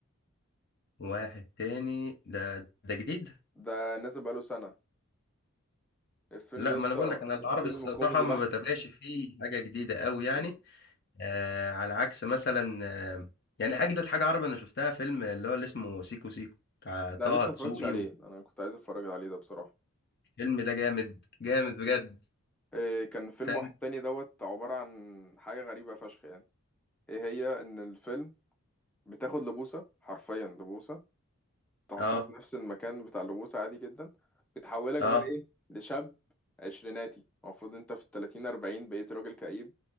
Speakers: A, on the left; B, in the centre.
A: واحد تاني ده ده جديد
B: ده نازل بقاله سنه الفيلم
A: لا
B: يا
A: ما
B: اسطى
A: انا بقول لك انا العربي
B: الفيلم
A: الصراحة
B: كوميدي
A: ما
B: بحت
A: بتابعش فيه حاجة جديدة قوي يعني
B: ال-
A: آه على عكس مثلا آه يعني اجدد حاجه عربي انا شفتها فيلم اللي هو اللي اسمه سيكو سيكو بتاع طه
B: ده أنا لسه
A: دسوقي
B: ما اتفرجتش عليه انا كنت عايز اتفرج عليه ده بصراحه
A: والفيلم ده جامد جامد بجد
B: إيه، كان فيلم
A: فاهم
B: واحد تاني دوت عباره عن حاجه غريبه فشخ يعني ايه هي ان الفيلم بتاخد لبوسه حرفيا لبوسه تحطها
A: اه
B: في نفس المكان بتاع اللبوسه عادي جدا بتحولك
A: اه
B: بقى ايه لشاب عشريناتي المفروض انت في التلاتين اربعين بقيت راجل كئيب